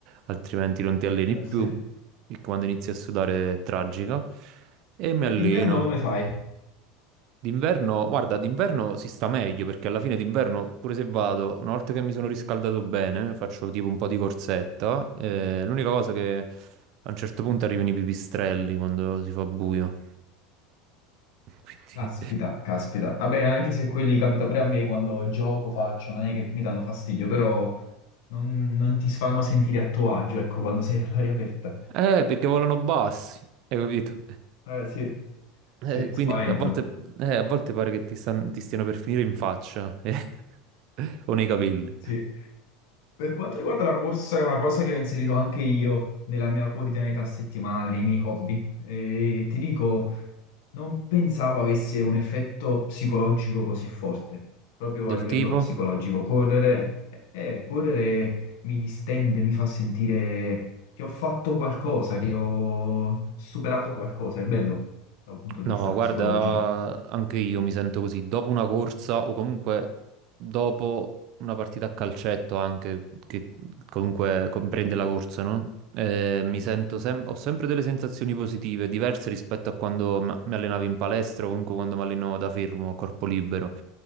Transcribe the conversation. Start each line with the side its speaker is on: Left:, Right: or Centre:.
Right: altrimenti non ti alleni
Left: eh,
Right: più,
Left: sì.
Right: e quando inizi a sudare è tragica, e mi alleno.
Left: E d'inverno come fai?
Right: D'inverno, guarda, d'inverno si sta meglio perché alla fine d'inverno, pure se vado, una volta che mi sono riscaldato bene, faccio tipo un po' di corsetta. eh, l'unica cosa che a un certo punto arrivano i pipistrelli quando si fa buio. <laughs> Quindi...
Left: Caspita, caspita. Vabbè, anche se quelli capita pure a me quando gioco, faccio, non è che mi danno fastidio, però non, non ti fanno sentire a tuo agio, ecco, quando sei all'aria aperta.
Right: Eh, perché volano bassi, hai capito?
Left: Eh, sì,
Right: Eh,
Left: sì,
Right: quindi
Left: spaventano.
Right: a volte, eh, a volte pare che ti, stan- ti stiano per finire in faccia eh, <laughs> o nei capelli.
Left: Sì. Per quanto riguarda la corsa, è una cosa che ho inserito anche io nella mia quotidianità settimanale, nei miei hobby. E ti dico, non pensavo avesse un effetto psicologico così forte, proprio
Right: Del
Left: a livello
Right: tipo?
Left: psicologico. Correre, eh, correre mi distende, mi fa sentire che ho fatto qualcosa, che ho superato qualcosa. È bello da un punto di
Right: No,
Left: vista
Right: guarda,
Left: psicologico.
Right: anche io mi sento così. Dopo una corsa o comunque dopo una partita a calcetto anche, che comunque comprende la corsa, no? Eh, mi sento sem- ho sempre delle sensazioni positive, diverse rispetto a quando m- mi allenavo in palestra o comunque quando mi alleno da fermo, a corpo libero.